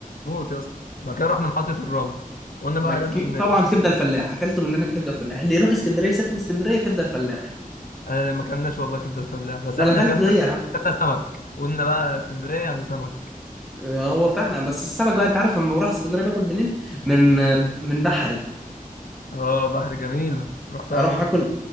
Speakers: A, on the left; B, in the centre.
A: موت يا اسطى بعد كده رحنا محطه الرمل قلنا بقى
B: لكن
A: لازم
B: طبعا
A: ن...
B: كبده الفلاح اكلته من هناك كبده الفلاح اللي يروح اسكندريه يسافر اسكندريه كبده الفلاح
A: آه ما كلناش والله كبده الفلاح بس
B: ما
A: احنا
B: انا اكلته
A: كلنا
B: ايه يا عم
A: كلنا سمك قلنا بقى اسكندريه يعني سمك
B: هو فعلا بس السمك بقى انت عارف لما بروح اسكندريه باكل منين من
A: يعني
B: من بحري
A: اه بحر جميله رحتها
B: اروح اكل
A: قبل كده.